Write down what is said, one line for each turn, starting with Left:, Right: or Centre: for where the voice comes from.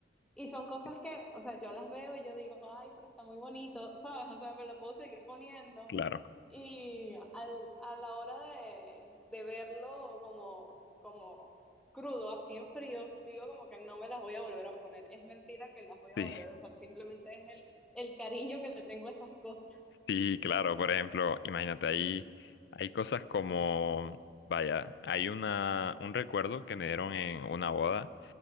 Centre: Y son cosas
Left: sí,
Centre: que, o sea, yo las veo y yo digo, ay, pero está muy bonito, ¿sabes? O sea, me lo puedo seguir poniendo.
Left: claro,
Centre: Y al- a la hora de, de verlo como, como crudo, así en frío, digo como que no me las voy a volver a poner. Es mentira que las voy a
Left: sí,
Centre: volver a usar, simplemente es el, el cariño que le tengo a esas cosas.
Left: sí, claro, por ejemplo, imagínate, ahí hay cosas como, vaya, hay una, un recuerdo que me dieron en una boda